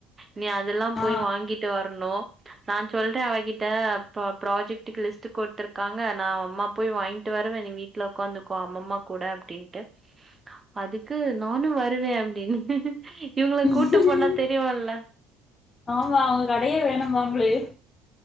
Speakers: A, on the right (about 25°); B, on the left (about 35°).
A: நீ அதெல்லாம்
B: ஆ
A: போய் வாங்கிட்டு வரணு நா சொல்றே அவகிட்ட இப்போ ப்ராஜெக்டுக்கு லிஸ்ட் குடுத்திருக்காங்க நா அம்மா போய் வாங்கிட்டு வருவே நீ வீட்டுல உக்காந்துக்கோ அம்மம்மா கூட அப்டின்ட்டு அதுக்கு நானு வருவே அப்படின்னு இவுங்கள
B: ம்
A: கூட்டு
B: ம்
A: போனா தெரியும்ல
B: ஆமா அவங்க கடையே வேண்டும் வேணும்பாங்களே